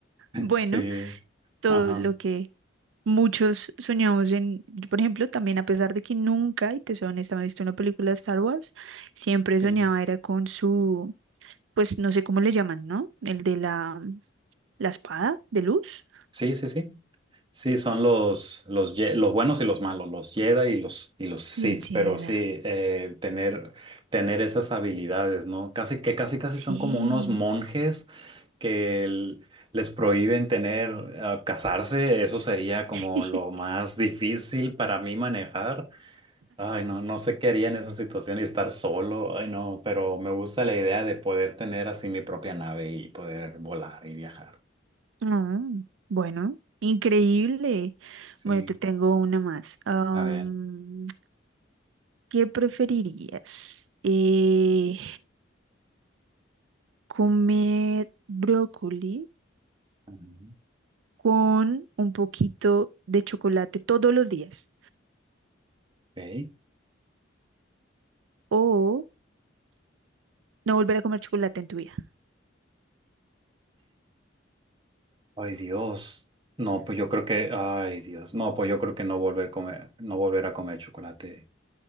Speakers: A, on the right; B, on the right.
A: bueno,
B: Sí,
A: todo
B: ajá.
A: lo que muchos soñamos en, yo, por ejemplo, también a pesar de que nunca, y te soy honesta, me he visto una película de Star Wars, siempre
B: Sí,
A: soñaba era con su pues no sé cómo le llaman, ¿no? El de la, la espada de luz.
B: sí, sí. sí. Sí, son los, los, Ye- los buenos y los malos, los Jedi y los, y los Sith,
A: Los Jedi.
B: pero sí, eh, tener, tener esas habilidades, ¿no? Casi que casi casi
A: Sí.
B: son como unos monjes que el- les prohíben tener, ah, casarse, eso sería como
A: <laughs>
B: lo más difícil para mí manejar. Ay, no, no sé qué haría en esa situación y estar solo, ay, no, pero me gusta la idea de poder tener así mi propia nave y poder volar y viajar.
A: No, bueno, increíble.
B: Sí,
A: Bueno, te tengo una más. Am,
B: a ver.
A: ¿qué preferirías? Eh, comer brócoli
B: Ujú.
A: con un poquito de chocolate todos los días
B: Ok.
A: o no volver a comer chocolate en tu vida.
B: Ay, Dios. No, pues yo creo que, ay, Dios. No, pues yo creo que no volver a comer, no volver a comer chocolate.